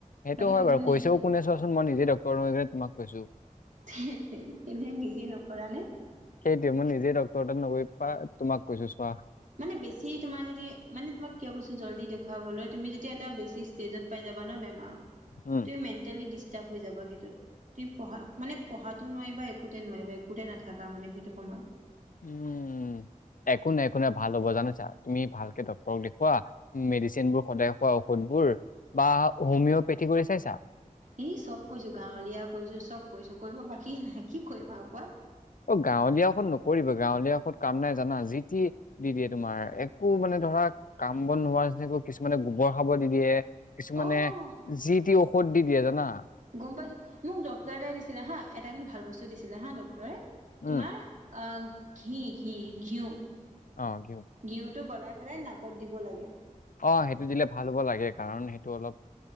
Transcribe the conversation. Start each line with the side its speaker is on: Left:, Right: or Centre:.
Left: সেইটো
Right: বাকী
Left: হয়
Right: প্ৰব্লেম
Left: বাৰু
Right: নাই
Left: কৈছেও কোনে চোৱাচোন, মই নিজে ডক্তৰ হৈ কিনে তোমাক কৈছো।
Right: সেইটোৱে তুমি নিজে নকৰা নে?
Left: সেইটোৱে মই নিজেই ডক্তৰ তাত নগৈ পা, তোমাক কৈছো চোৱা।
Right: মানে বেছি তোমাৰ যদি, মানে তোমাক কিয় কৈছো জল্দি দেখুৱাবলৈ তুমি যেতিয়া এটা বেছি ষ্টেজত পাই যাবা ন, বেমাৰত।
Left: উম।
Right: তুমি মেণ্টেলি ডিষ্টাৰ্ব হৈ যাবা, সেইটোত। তুমি পঢ়াত মানে, পঢ়াটো নোৱাৰিবা, একোতে নোৱাৰিবা, একোতে নাথাকা মানে সেইটো সময়ত।
Left: উম। একো নাই, একো নাই ভাল হ'ব জানিছা। তুমি ভালকে ডক্তৰক দেখুওৱা মেডিচিন বোৰ সদায় খোৱা ঔষধবোৰ, বা হোমিঅপেথি কৰি চাইছা।
Right: ই চব কৰিছোঁ, গাঁৱলীয়া কৰিছোঁ চব কৰিছোঁ। কৰিব বাকীয়ে নাই কি কৰিম আৰু কোৱা।
Left: অ' গাঁৱলীয়া ঔষধ নকৰিবা, গাঁৱলীয়া ঔষধ কাম নাই জানা যি টি দি দিয়ে তোমাৰ, একো মানে ধৰা কাম বন নোহোৱা নিচিনাকৈ কিছুমানে গোবৰ খাব দি দিয়ে কিছুমানে,
Right: অ
Left: যি টি ঔষধ দি দিয়ে জানা।
Right: গম পাইছোঁ, মোক ডক্টৰ এটাই দিছিলে হা এটা কিন্তু ভাল বস্তু দিছিলে হা ড ক্টৰে
Left: উম
Right: তোমাৰ আ, ঘি-ঘি-ঘিউ
Left: অ কি হ'ব
Right: ঘিউতো গলাই পেলাই নাকত দিব লাগে।
Left: অ', সেইটো দিলে ভাল হ'ব লাগে। কাৰণ সেইটো অলপ